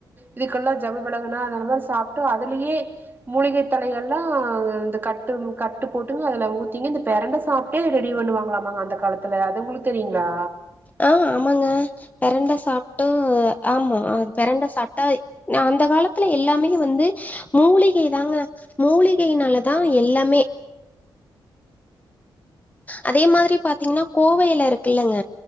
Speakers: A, on the right (about 25°); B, on the left (about 20°).
A: இதுக்கெல்லா ஜவ்வு விலகுனா அந்த மாரி சாப்ட்டு அதுலியே மூலிகை தழைகல்லா இந்த கட்டு கட்டு போட்டுங்க அதுல ஊத்திங்க இந்த பெரண்ட சாப் ட்டேய் ரெடி பண்ணுவாங்களாமாங்க அந்த காலத்துல அது உங்ளுக்கு தெரியுங்ளா
B: ஆ ஆமாங்க பெரண்ட சாப்ட்டு ஆமா பெரண்ட சாப்ட்டா நா அந்த காலத்துல எல்லாமே வந்து மூலிகை தாங்க மூலிகைனால தா எல்லாமே அதே மாரி பாத்தீங்ன்னா கோவ எல இருக்குல்லங்க